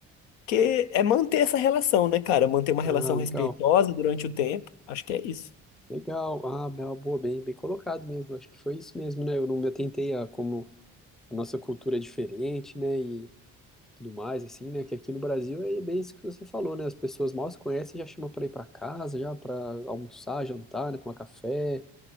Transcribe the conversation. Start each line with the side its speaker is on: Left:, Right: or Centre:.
Left: que é manter essa relação, né, cara? Manter uma
Centre: Ah,
Left: relação
Centre: legal.
Left: respeitosa durante o tempo. Acho que é isso.
Centre: Legal, ah, é uma boa, bem, bem colocado mesmo. Acho que foi isso mesmo, né? Eu não me atentei a como a nossa cultura é diferente, né? E tudo mais, assim, né? Que aqui no Brasil é bem isso que você falou, né? As pessoas mal se conhecem, já chamam para ir para casa, já para almoçar, jantar, né? Tomar café,